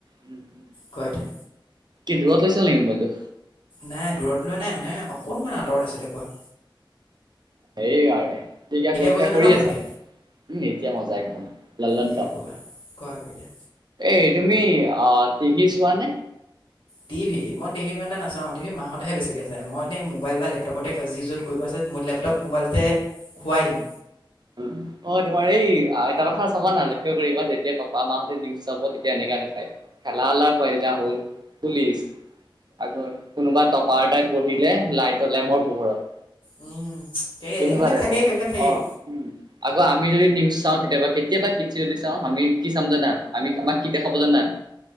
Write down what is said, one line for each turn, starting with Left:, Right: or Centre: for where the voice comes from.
Right: উম।
Left: কোৱা এতিয়া
Right: কি দূৰত লৈছিলা নেকি মোবাইলটো?
Left: নাই দূৰত লোৱা নাই মানে অকণমান আঁতৰত আছিলে। কোৱা?
Right: সেই কাৰণে তুমি এতিয়া পৰীক্ষা
Left: কৈছা নে
Right: কৰি
Left: ন ভালকে
Right: আছা? উম, এতিয়া মজা একদম ললনটাপ।
Left: দিয়া কোৱা কোৱা আকৌ এতিয়া
Right: এ তুমি আ টিভি চোৱানে।
Left: টিভি! মই টিভি ইমান টা নাচাওঁ, টিভি মাহঁতে বেছিকৈ চায়। মই এতিয়া মোবাইল বা লেপটপতে যি য'ত কৰিব আছে মোৰ লেপটপ- মোবাইলতে হোৱাই দিওঁ।
Right: উম। অঁ, তোমাৰ এই এটা কথা চাবা না লক্ষ্য কৰিবা যেতিয়া পাপা -মাহঁতে টিভি চাব তেতিয়া এনেকা দেখায়- কালা লা পেদা হ'ল। পুলিছ আকৌ কোনোবা টপাৰ এটাই পঢ়িলে লাইটৰ লেমৰ পোহৰত।
Left: উম, এই
Right: তেনেকুৱা
Left: সেইবিলাক
Right: টাইপৰ
Left: থাকেই, সেইবিলাক থাকেই।
Right: অ উম, আকৌ আমি যদি নিউজ চাওঁ, কেতিয়াবা কেতিয়াবা কি যদি চাওঁ, আমি কি চাম জানা? আমি আমাক কি দেখাব জানা